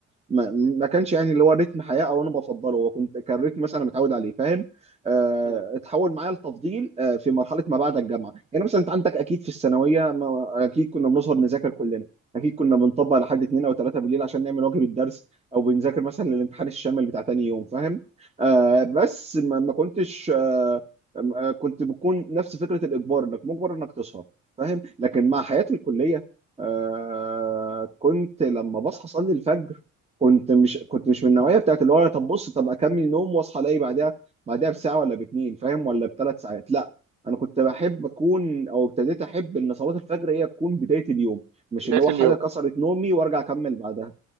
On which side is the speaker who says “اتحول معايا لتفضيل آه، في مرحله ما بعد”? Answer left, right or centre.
Right